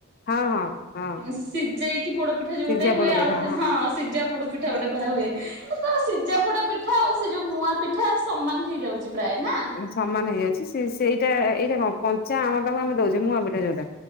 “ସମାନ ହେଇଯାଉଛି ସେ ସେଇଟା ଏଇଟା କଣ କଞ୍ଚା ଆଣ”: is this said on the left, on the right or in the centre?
Left